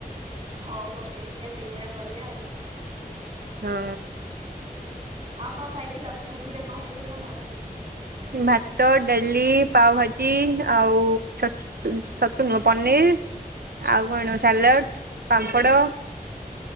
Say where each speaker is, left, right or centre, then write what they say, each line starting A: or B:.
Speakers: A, on the right; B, on the right.
A: ହଉ ହଉ ଦେଖିବା ସେଇ ଭଳିଆ କରିବା ଆଉ।
B: ହଁ।
A: ଆଉ କଣ ଖାଇଥିଲ ଭୋଜିରେ କଣ ହେଇଥିଲା ତମର?
B: ଭାତ, ଡାଲି, ପାଓଭାଜି, ଆଉ ଛତୁ ପନିର୍, ଆଉ କଣ ସାଲାଡ଼, ପାମ୍ପଡ଼